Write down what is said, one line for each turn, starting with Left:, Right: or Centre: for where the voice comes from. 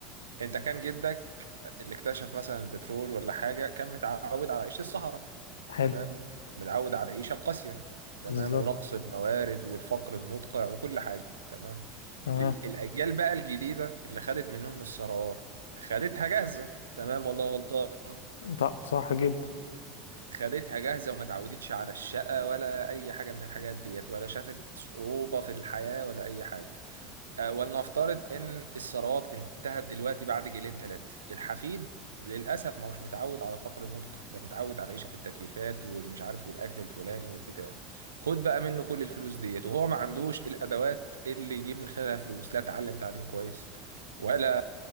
Right: انت كان جدك اللي اكتشف مثلا البترول ولا حاجه كان متعود على عيشه الصحراء
Left: حلو
Right: تمام متعود على العيشه القاسيه تمام
Left: بالظبط
Right: ونقص الموارد والفقر المدقع وكل حاجه تمام
Left: تمام
Right: لل- الاجيال بقى الجديده اللي خدت منهم الثروات خدتها جاهزه تمام والله غلطان
Left: طب صح جدا
Right: خدتها جاهزه وما اتعودتش على الشقه ولا اي حاجه من الحاجات ديت ولا شافت صعوبه في الحياه ولا اي حاجه آه، ولنفترض ان الثروات انتهت دلوقتي بعد جيلين ثلاثه الحفيد للاسف ما هوش متعود على فقر النطق ده متعود على العيشه في التكييفات والمش عارف والاكل الفلاني والبتاع خد بقى منه كل الفلوس ديت وهو ما عندوش الادوات اللي يجيب من خلالها فلوس لا اتعلم تعليم كويس ولا